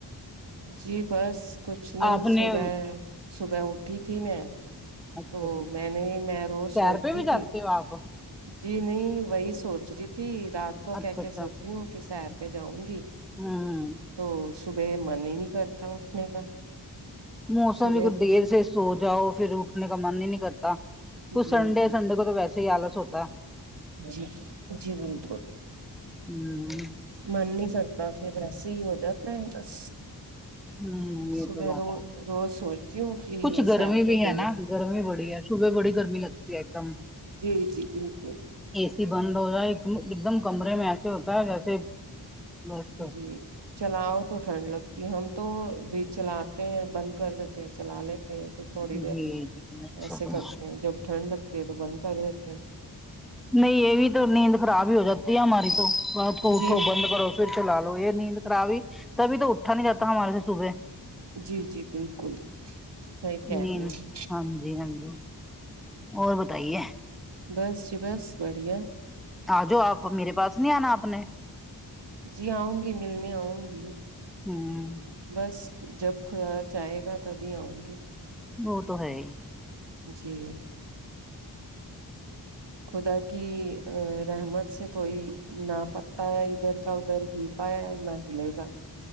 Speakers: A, on the right; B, in the centre.
A: جی بس کچھ نہیں
B: آپ
A: صبح
B: نے
A: صبح اٹھی تھی میں
B: اچھا
A: تو
B: جی
A: میں نے میں روز
B: سیر
A: سوچتی
B: پہ بھی جاتے
A: تھی
B: آپ
A: جی نہیں وہی سوچ رہی تھی رات
B: اچھا
A: کو کہ
B: اچھا
A: کے سوتی ہوں کہ سیر پہ جاؤں گی
B: ہوں
A: تو صبح من ہی نہیں کرتا اٹھنے کا
B: موسم
A: صبح
B: بھی کچھ دیر سے سو جاؤ پھر اٹھنے کا من ہی نہیں کرتا کچھ
A: جی
B: سنڈے
A: جی
B: سنڈے کو تو ویسے ہی آلس ہوتا ہے
A: جی جی بالکل
B: ہ
A: من نہیں کرتا پھر ایسے ہی ہو جاتا ہے بس
B: ہ یہ
A: صبح
B: تو بات
A: رو
B: ہے
A: روز سوچتی ہوں کہ
B: کچھ گرمی
A: سیر پہ
B: بھی
A: جاؤں
B: ہے نا گرمی بڑی ہے صبح بڑی گرمی لگتی ہے ایک دم
A: جی جی بالکل
B: اے سی بند ہو جائے ایک دم کمرے میں ایسے ہوتا ہے جیسے بس
A: جی چلاؤ تو ٹھنڈ لگتی ہے ہم تو بیج چلاتے ہیں بند کر دیتے ہیں چلا لیتے ہیں اسے تھوڑی
B: جی
A: دیر
B: جی اچھا
A: ایسے
B: جی
A: کرتے ہیں جب ٹھنڈ لگتی ہے تو بند کر دیتے ہیں
B: نہیں یہ بھی تو نیند خراب ہی ہو جاتی ہے ہماری تو رات کو
A: جی
B: اٹھو بند کرو س چلا لو یہ نیند خرابی تبھی تو اٹھا نہیں جاتا ہمارے صبح
A: جی جی بالکل صحیح کہہ
B: نیند
A: رہی ہ
B: ہاں جی ہاں جی اور بتائیے
A: بس جی بس بڑھیا
B: آ جو آپ میرے پاس نہیں آنا آپ نے
A: جی آؤں گی ملنے آؤں گی
B: ہوں
A: بس جب خدا چاہے گا تبھی آؤں گی
B: وہ تو ہے ہی
A: جی خدا کی رحمت سے کوئی نا پتہ ہے ادھر کا ادھر ہی پایا ہے نا حلے گا